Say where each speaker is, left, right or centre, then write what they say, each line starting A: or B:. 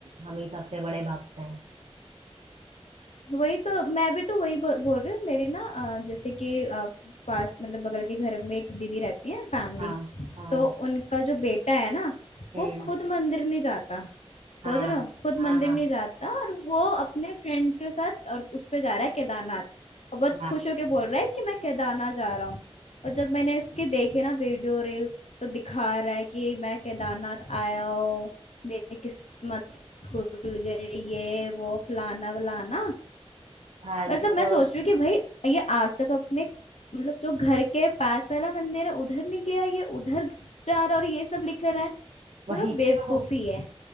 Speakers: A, on the right (about 70°); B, on the left (about 85°).
A: हम ही सबसे बड़े भक्त हैं
B: वही तो मैं भी तो वही ब- बोल रही हूँ मेरे ना अ, जैसे कि अ, पास मतलब बगल के घर में एक दीदी रहती है फैमिली
A: हाँ हाँ
B: तो उनका जो बेटा है ना
A: हम्म
B: वो खुद मंदिर नहीं जाता सोच
A: हाँ
B: रहे हो खुद
A: हाँ
B: मंदिर
A: हाँ
B: नहीं जाता और वो अपने फ्रेंड्स के साथ और उस पे जा रहा है केदारनाथ और बहुत
A: वाह
B: खुश होके बोल रहा है कि मैं केदारनाथ जा रहा हूँ और जब मैंने इसके देखे ना वीडियो रील तो दिखा रहा है कि मैं केदारनाथ आया हूँ मेरी किस्मत खुल गई ये वो फलाना वलाना
A: फालतू
B: मतलब मैं
A: का
B: सोच
A: बस
B: रही हूँ कि भाई ये आज तक अपने मतलब जो घर के पास वाला मंदिर है उधर नहीं गया ये उधर जा रहा और ये सब लिख रहा है
A: वही
B: मतलब बेवकूफी
A: तो
B: है